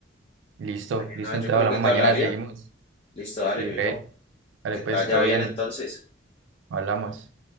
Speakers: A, on the right; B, on the left.
A: Listo,
B: mañana
A: listo, entonces
B: yo creo
A: hablamos
B: que te
A: mañana,
B: hablaría.
A: seguimos.
B: Listo, dale,
A: Sí,
B: mi
A: re,
B: bro,
A: vale,
B: que
A: pues
B: te vaya
A: todo
B: bien
A: bien,
B: entonces.
A: hablamos.